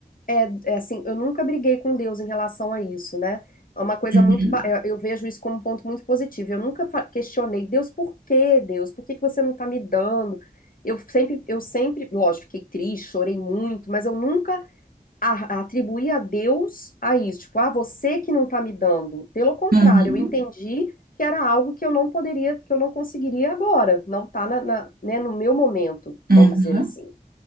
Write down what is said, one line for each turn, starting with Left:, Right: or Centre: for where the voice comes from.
Left: é, é assim, eu nunca briguei com Deus em relação a isso, né? É uma coisa
Right: Uhum,
Left: muito, ba- eu eu vejo isso como um ponto muito positivo. Eu nunca fa- questionei, Deus, por que Deus? Por que que você não tá me dando? Eu sempre, eu sempre, lógico, fiquei triste, chorei muito, mas eu nunca a- atribuir a Deus a isso, tipo, ah, você que não está me dando. Pelo contrário,
Right: uhum,
Left: eu entendi que era algo que eu não poderia, que eu não conseguiria agora, não está na, na- né, no meu momento,
Right: uhum.
Left: vamos dizer assim.